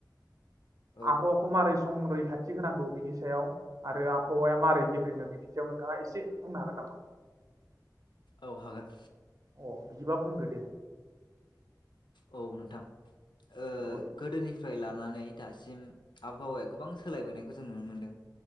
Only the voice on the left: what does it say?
औ
औ हागोन
औ नोंथां ओ
गोदोनिफ्राय लानानै नै दासिम आबहावाया गोबां सोलायबोनायखौ जों नुनो मोनदों।